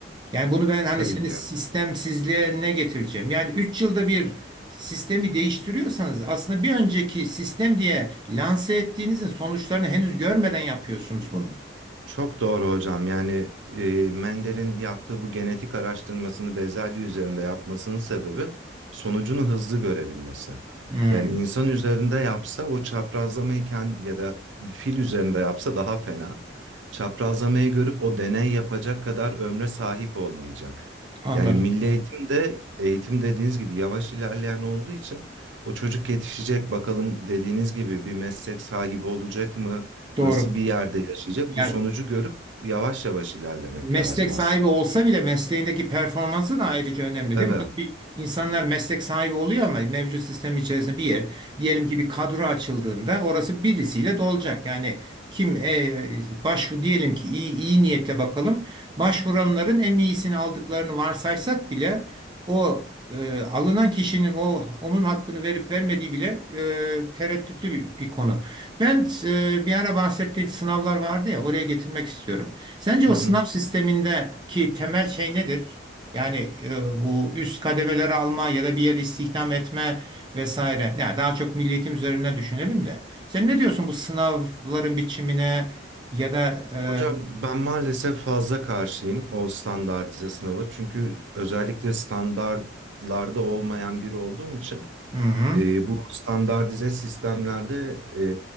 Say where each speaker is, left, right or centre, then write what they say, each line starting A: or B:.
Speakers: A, on the right; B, on the right.
A: Yani bunu ben hani
B: tabii
A: senin
B: ki.
A: sistemsizliğe ne getireceğim? Yani 3 yılda bir sistemi değiştiriyorsanız aslında bir önceki sistem diye lanse ettiğinizin sonuçlarını henüz görmeden yapıyorsunuz bunu.
B: Çok doğru hocam. Yani e, Mendel'in yaptığı bu genetik araştırmasını bezelye üzerinde yapmasının sebebi sonucunu hızlı görebilmesi.
A: Hmm,
B: Yani insan üzerinde yapsa o çaprazlamayı kend- ya da bir fil üzerinde yapsa daha fena. Çaprazlamayı görüp o deney yapacak kadar ömre sahip olmayacak.
A: anladım.
B: Yani milli eğitimde eğitim dediğiniz gibi yavaş ilerleyen olduğu için o çocuk yetişecek bakalım dediğiniz gibi bir meslek sahibi olacak mı?
A: Doğru.
B: Nasıl bir yerde yaşayacak?
A: Yani
B: Bu sonucu görüp yavaş yavaş ilerlemek
A: meslek
B: lazım
A: sahibi
B: aslında.
A: olsa bile mesleğindeki performansı da ayrıca önemli
B: Tabii.
A: değil mi? Hani Bir, insanlar meslek sahibi oluyor ama mevcut sistem içerisinde bir yer, diyelim ki bir kadro açıldığında orası birisiyle dolacak. Yani kim e, başvur diyelim ki iyi, iyi niyetle bakalım. Başvuranların en iyisini aldıklarını varsaysak bile o e, alınan kişinin o onun hakkını verip vermediği bile e, tereddütlü bir, bir konu. Ben e, bir ara bahsettiğim sınavlar vardı ya oraya getirmek istiyorum. Sence
B: Hı
A: o
B: hı.
A: sınav sistemindeki temel şey nedir? Yani e, bu üst kademeleri alma ya da bir yere istihdam etme vesaire. Yani daha çok milli eğitim üzerinden düşünelim de. Sen ne diyorsun bu sınavların biçimine ya da e,
B: Hocam ben maalesef fazla karşıyım o standartize sınava. Çünkü özellikle standartlarda olmayan biri olduğum için
A: hı hı,
B: E, bu standartize sistemlerde e,